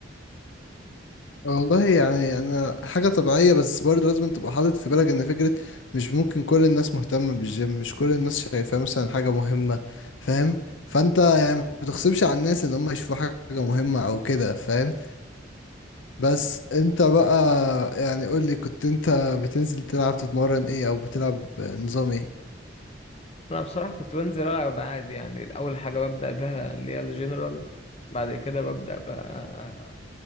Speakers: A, on the left; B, on the left.
A: والله يعني انا حاجة طبيعية بس برضه لازم تبقى حاطط في بالك ان فكرة مش ممكن كل الناس مهتمة بالجيم مش كل الناس شايفاه مثلا حاجة مهمة فاهم فانت يعني ما تغصبش على الناس ان هم يشوفوا حاجة مهمة او كده فاهم بس انت بقى يعني قولي كنت انت بتنزل تلعب تتمرن ايه او بتلعب نظام ايه
B: انا بصراحه كنت بنزل العب عادي يعني اول حاجه ببدا بها اللي هي الجنرال بعد كده ببدا بقى